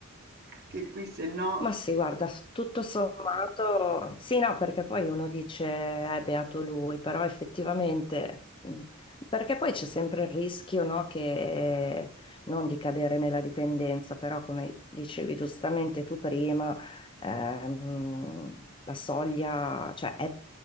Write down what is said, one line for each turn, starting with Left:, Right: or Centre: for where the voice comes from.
Right: Che qui se no
Left: Ma sì, guarda, s- tutto sommato, sì, no, perché poi uno dice è beato lui, però effettivamente, mh, perché poi c'è sempre il rischio, no, che non di cadere nella dipendenza, però come dicevi giustamente tu prima, ehm, la soglia, cioè è,